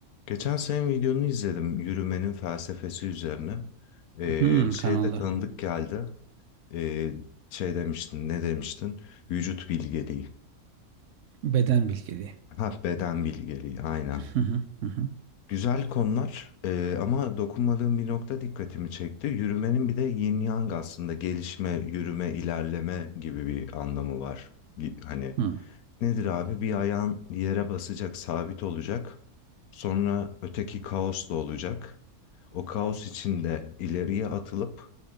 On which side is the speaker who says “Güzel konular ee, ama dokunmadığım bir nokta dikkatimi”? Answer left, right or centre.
Left